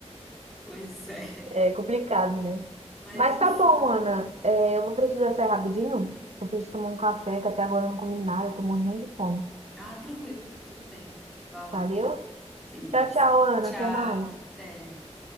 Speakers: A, in the centre; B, on the right (about 65°).
A: Pois é.
B: É complicado, né?
A: Mas
B: Mas
A: enfim.
B: tá bom, Ana. É, eu vou precisar sair rapidinho. Eu preciso tomar um café, que até agora eu não comi nada, eu tô morrendo de fome.
A: Ah, tranquilo, tudo bem. Vai lá.
B: Valeu?
A: Beleza.
B: Tchau, tchau, Ana.
A: Tchau.
B: Até mais.
A: Até.